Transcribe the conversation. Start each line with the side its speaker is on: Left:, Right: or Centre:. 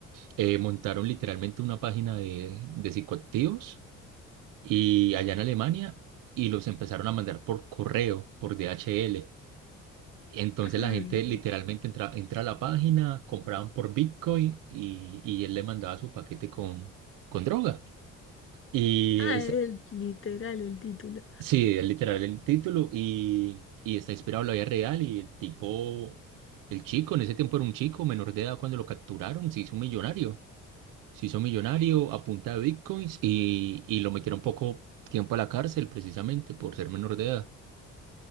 Right: eh, montaron literalmente una página de, de psicoactivos y allá en Alemania y los empezaron a mandar por correo, por DHL. Entonces
Left: Ah,
Right: la gente
Left: bien.
Right: literalmente entra, entra a la página, compraban por Bitcoin y, y él le mandaba su paquete con, con droga. Y
Left: Ah,
Right: es,
Left: es literal el título.
Right: sí, es literal el título y, y está inspirado en la vida real y el tipo, el chico, en ese tiempo era un chico menor de edad cuando lo capturaron, se hizo un millonario. Se hizo millonario a punta de bitcoins y, y lo metieron poco tiempo a la cárcel precisamente por ser menor de edad.